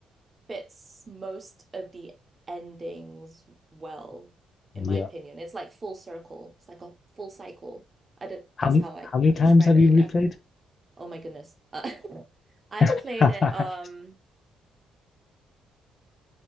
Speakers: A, on the right; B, on the left.
A: fits most of the endings well, in
B: Yeah.
A: my opinion. It's like full circle. It's like a full cycle. I don't,
B: How
A: that's
B: many,
A: how I,
B: how many
A: I
B: times
A: would describe
B: have
A: it,
B: you
A: but
B: replayed?
A: yeah. Oh my goodness. Uh, <laughs> I've
B: <laughs>
A: played
B: Five
A: it um